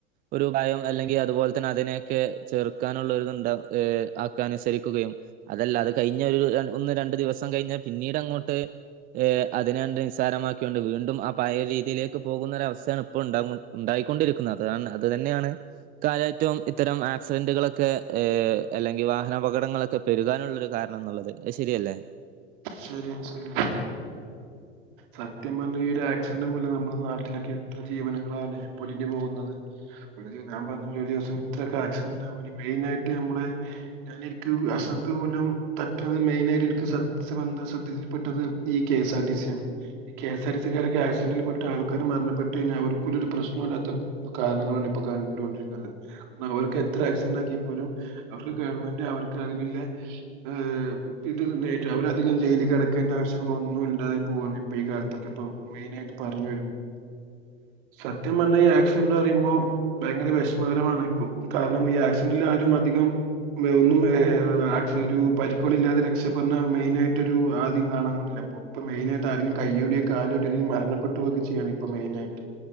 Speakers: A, on the right; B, on the right.
A: ഒരു ഭയം അല്ലെങ്കി അതുപോലെ തന്നെ അതിനെയൊക്കെ ചെറുക്കാനുള്ളൊരുതുണ്ടാക്കയ ഏ ആക്കെ അനുസരിക്കുകയും അതല്ല അത് കഴിഞ്ഞ ഒരു രണ്ട് ഒന്ന് രണ്ടു ദിവസം കഴിഞ്ഞാ പിന്നീടങ്ങോട്ട് ഏ അത് അതിന് സ്സാരമാക്കിയൊണ്ട് വീണ്ടും ആ പയ്യെ രീതിയിലേക്ക് പോകുന്ന ഒരവ സ്ഥയാണ് ഇപ്പോൾ ഉണ്ടാവ് ഉണ്ടായിക്കൊണ്ടിരിക്കുന്നേ അതാണ് അത് തന്നെയാണ്. ഈകാലേറ്റവും ഇത്തരം ആക്സിഡന്റുകളൊക്കെ ഏ അല്ലെങ്കിൽ വാഹനപകടങ്ങളൊക്കെ പെരുകാനുള്ള ത് കാരണം എന്നുള്ളത് അത് ശരിയല്ലേ?
B: ശരിയാണ് ശര്യാണ് ശരിയാണ്. സത്യം പറഞ്ഞാൽ ഈ ഒരു ആക്സിഡന്റ് പോലെ നമ്മളെ നാട്ടിലൊക്കെ എത്ര ജീവനുകളാലേ പൊലിഞ്ഞു പോകുന്നത്. ഒരു ഞാൻ പറഞ്ഞ ഒരു ദിവസം ഇത്രയൊക്കെ ആക്സിഡന്റ് ആവാന് മെയിൻ ആയിട്ട് നമ്മടെ ഞാന് എനിക്ക് അശ്രദ്ധ മൂലം തട്ടാതെ മെയിന ആയിട്ട് എനിക്ക് സ സംബന്ധ ശ്രദ്ധയിൽപ്പെട്ടത് ഈ കെ സാർ ടി സി ആണ്. K S R T C കാരൊക്കെ ആക്സിഡന്റിൽപ്പെട്ട് ആൾക്കാര് മരണപ്പെട്ട് കഴിഞ്ഞാൽ അവർക്ക്പോലും ഒരു പ്രശ്നം ഇല്ലാത്ത കാരണങ്ങളാണ് ഇപ്പൊ കണ്ടൊണ്ടിരിക്കുന്നത് അവർക്ക് എത്ര ആക്സിഡന്റ് ആക്കിയ പോലും അവർക്ക് ഗവൺമെന്റ് അവർക്ക് അതിനുള്ള ഏ ഇത് നേ രിട്ട് അവര് അധികം ജയില് കെടക്കേണ്ട ആവശ്യങ്ങളൊന്നും ഇല്ലാതായി പോകാണ് ഇപ്പോ ഈ കാലത്തൊക്കെ ഇപ്പോ മെയിനായിട്ട് പറഞ്ഞു വരുമ്പൊ സത്യം പറഞ്ഞ ഈ ആക്സിഡന്റ് പറയുമ്പോ ഭയങ്കര വിഷമകരമാണ് ഇപ്പോ കാരണം ഈ ആക്സിഡൻ്റിൽ ആരും അധികം ഒന്നും ആ ആക്സി ഒരു പരിക്കോളി ല്ലാതെ രക്ഷപ്പെടണ മെയിനായിട്ടൊരു ആദ്യം കാണാറില്ല ഇപ്പോ ഇപ്പൊ മെയിനായിട്ട് ആരേലും കയ്യൊടിയോ കാലോടിയോ ഇല്ലേല് മരണപ്പെട്ടു പോകുവൊക്കെ ചെയ്യാണ് ഇപ്പൊ മെയിനായിട്ട്